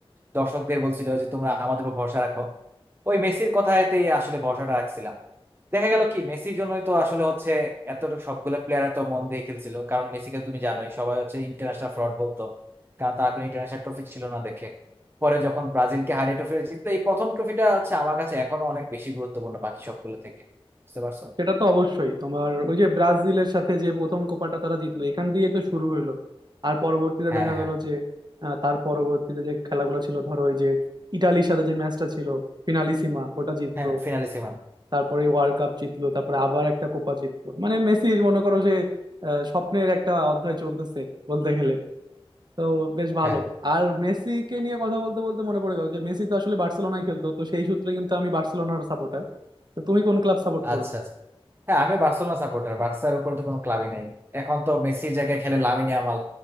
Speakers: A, on the right; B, on the right.
A: দর্শকদের বলছিল যে তোমরা আমাদের উপর ভরসা রাখো ওই মেসির কথাতেই আসলে ভরসাটা রাখছিলাম দেখা গেল কি মেসির জন্যই তো আসলে হচ্ছে এতটুকু সবগুলো প্লেয়ার এত মন দিয়ে খেলছিল কারণ মেসিকে তুমি জানোই সবাই হচ্ছে ইন্টারন্যাশনাল ফ্রড বলতো কারণ তার কোনো ইন্টারন্যাশনাল ট্রফি ছিল না দেখে পরে যখন ব্রাজিলকে হারিয়ে ট্রফি জিতলো এই প্রথম ট্রফিটা হচ্ছে আমার কাছে এখনো অনেক বেশি গুরুত্বপূর্ণ বাকি সবগুলো থেকে বুঝতে পারছো
B: সেটা তো অবশ্যই তোমার ওই যে ব্রাজিলের সাথে যে প্রথম কোপাটা তারা জিতলো এখান দিয়ে তো শুরু হইলো আর পরবর্তীতে
A: হ্যাঁ
B: দেখা
A: হ্যাঁ
B: গেল যে আহ, তার পরবর্তীতে যে খেলাগুলো ছিল ধরো ওই যে ইটালির সাথে যে ম্যাচটা ছিল ফিনালিসিমা ওটা জিতলো
A: হ্যাঁ ফিনালি সেভেন
B: তারপরে ওয়ার্ল্ড কাপ জিতলো তারপরে আবার একটা কোপা জিতলো মানে মেসির মনে করো যে আহ, স্বপ্নের একটা অধ্যায় চলতেছে বলতে গেলে তো বেশ ভালো
A: হ্যাঁ
B: আর মেসিকে নিয়ে কথা বলতে বলতে মনে পড়ে গেল যে মেসি তো আসলে বার্সেলোনায় খেলতো তো সেই সূত্রে কিন্তু আমি বার্সেলোনার সাপোর্টার তো তুমি কোন ক্লাব সাপোর্ট করো
A: আচ্ছা আচ্ছা হ্যাঁ আমি বার্সেলোনা সাপোর্টার বার্সার উপরে তো কোনো ক্লাবই নাই এখন তো মেসির জায়গায় খেলে লামিনে আমাল